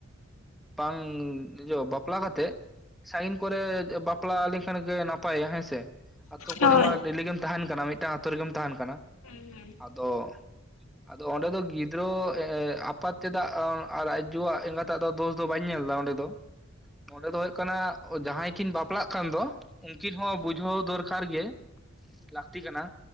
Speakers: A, in the centre; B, on the left (about 80°).
A: ᱵᱟᱝ ᱵᱟᱯᱞᱟ ᱠᱟᱛᱮ ᱥᱟᱜᱤᱱ ᱠᱚᱨᱮ ᱵᱟᱯᱞᱟ ᱞᱮᱱᱠᱷᱟᱱ ᱜᱮ ᱱᱟᱯᱟᱭᱟ ᱦᱮᱸ ᱥᱮ ᱟᱛᱳ ᱠᱚᱨᱮ
B: ᱦᱳᱭ
A: ᱢᱟ ᱰᱮᱞᱤ ᱜᱮᱢ ᱛᱟᱦᱮᱱ ᱠᱟᱱᱟ ᱢᱤᱫᱴᱟᱝ ᱟᱛᱳ ᱨᱮᱜᱮᱢ ᱛᱟᱦᱮᱱ ᱠᱟᱱᱟ ᱾
B: ᱦᱩᱸ ᱦᱩᱸ ᱾
A: ᱟᱫᱚ ᱟᱫᱚ ᱚᱸᱰᱮ ᱫᱚ ᱜᱤᱫᱽᱨᱟᱹ ᱟᱯᱟᱛ ᱪᱮᱫᱟᱜ ᱟᱨ ᱟᱡᱡᱚᱣᱟᱜ ᱮᱸᱜᱟᱛᱟᱜ ᱫᱚ ᱫᱳᱥ ᱫᱚ ᱵᱟᱹᱧ ᱧᱮᱞ ᱮᱫᱟ ᱚᱸᱰᱮ ᱫᱚ ᱚᱸᱰᱮ ᱫᱚ ᱦᱩᱭᱩᱜ ᱠᱟᱱᱟ ᱡᱟᱦᱟᱸᱭ ᱠᱤᱱ ᱵᱟᱯᱞᱟ ᱠᱟᱱ ᱫᱚ ᱩᱱᱠᱤᱱ ᱦᱚᱸ ᱵᱩᱡᱷᱟᱹᱣ ᱫᱚᱨᱠᱟᱨ ᱜᱮ ᱾ ᱞᱟᱹᱠᱛᱤ ᱠᱟᱱᱟ